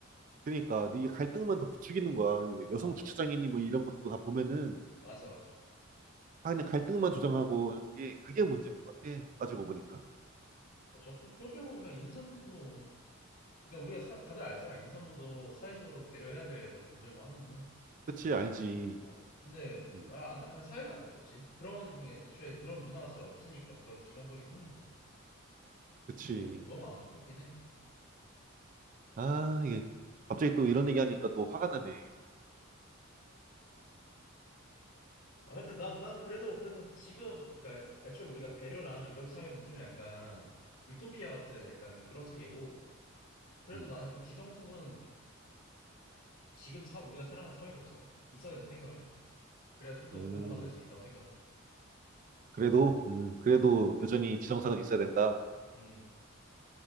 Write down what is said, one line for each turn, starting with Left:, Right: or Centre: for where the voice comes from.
Right: 그러니까 이게 갈등만 더 부추기는 거야
Left: 맞아,
Right: 여성 주차장이니
Left: 맞아.
Right: 뭐 이런 것도 다 보면은
Left: 맞아, 맞아.
Right: 다 그냥 갈등만 조장하고 하는 게 그게 문제인 것 같아 따지고 보니까
Left: 맞아. 그럼 그렇게 보니까 임산부도 그러니까 우리가 사- 다들 알잖아. 임산부도 사회적으로 배려해야 될 약간 존재고 하는데.
Right: 그치 알지
Left: 어, 근데
Right: 음
Left: 아, 안타 사회가 안타깝지. 그런 그냥 애초에 그런 문화가 잘 없으니까 그런 지정적이 생긴 거고.
Right: 그치
Left: 좀 약간 너무 안타깝긴 해.
Right: 아 이게 갑자기 또 이런 얘기하니까 또 화가 나네
Left: 아, 하여튼 난, 난 그래도 그래도 지금 그러니까 애초에 우리가 배려나 이런 사회는 좀 약간 유토피아 같은 약간 그런 세계고 그래도
Right: 음,
Left: 나는 그 지정석은 지금 사, 우리가 살아가는 사회로서 있어야 된다 생각을 해. 그래야 좀 더
Right: 음
Left: 보호받을 수 있다고 생각을 해.
Right: 그래도 음 그래도 여전히 지정서가 있어야 된다
Left: 음,